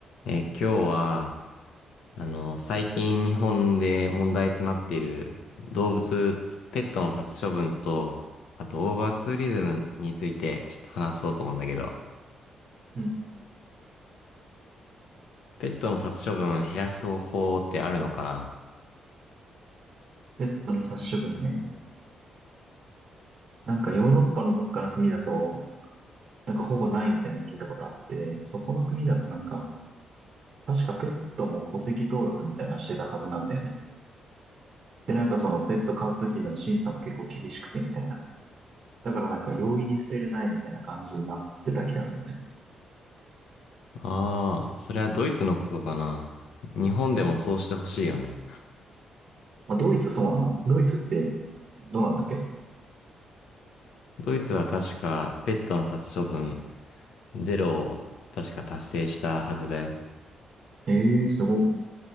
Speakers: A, on the left; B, on the right.
A: えー、今日は、あの、最近日本で問題となっている動物、ペットの殺処分と、あとオーバーツーリズムについてちょっと話そうと思うんだけど、
B: うん。
A: ペットの殺処分を減らす方法ってあるのかな
B: ペットの殺処分ね。なんかヨーロッパのどっかの国だと、なんかほぼないみたいなの聞いたことあって、そこの国だとなんか、確かペットも戸籍登録みたいなのしてたはずなんだよね。で、なんかそのペット飼う時の審査も結構厳しくてみたいな。だからなんか容易に捨てれないみたいな感じになってた気がするんだよね。
A: ああー、それはドイツのことかな。日本でもそうしてほしいよね。
B: まあ、ドイツそうなのドイツってどうなんだっけ
A: ドイツは確かペットの殺処分ゼロを確か達成したはずだよ。
B: ええー、すごっ。